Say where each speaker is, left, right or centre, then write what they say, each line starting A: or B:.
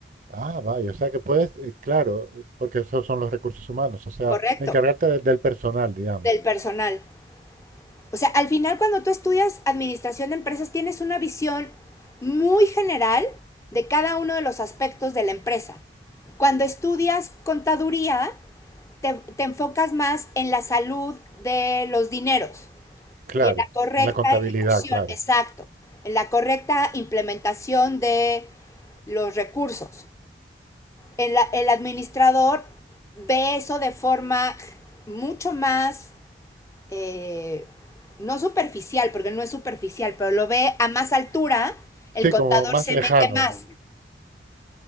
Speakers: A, on the right (about 45°); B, on the left (about 15°).
A: Ah, vaya, o sea que puedes, eh, claro, eh, porque esos son los recursos humanos, o sea,
B: Correcto.
A: encargarte de- del personal, digamos,
B: del personal. O sea, al final cuando tú estudias administración de empresas tienes una visión muy general de cada uno de los aspectos de la empresa. Cuando estudias contaduría, te, te enfocas más en la salud de los dineros
A: claro,
B: y en la correcta
A: en la contabilidad,
B: ejecución,
A: claro.
B: exacto, en la correcta implementación de los recursos. el, el administrador ve eso de forma mucho más eh, no superficial, porque no es superficial, pero lo ve a más altura, el
A: Sí,
B: contador
A: como más
B: se
A: lejano,
B: mete más.